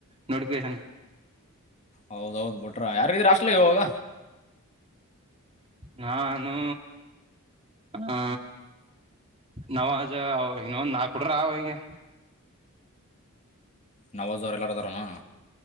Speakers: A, on the right; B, on the left.
A: ನೋಟಫಿಕೇಶನ್
B: ಹೌದೌದು ಬಿಟ್ರ ಯಾರ ಯಾರ್ ಇದೀರಿ ಹಾಸ್ಟೆಲ್ಗ ಇವಾಗ
A: ನಾನು ಆ ನವಾಜ ಅವ ಇನ್ನೊಂದು ನಾಕ ಹುಡಗುರು ಆವ್ ಹಿಂಗೆ
B: ನವಾಜ ಅವ್ರು ಎಲ್ಲರು ಅದರೇನ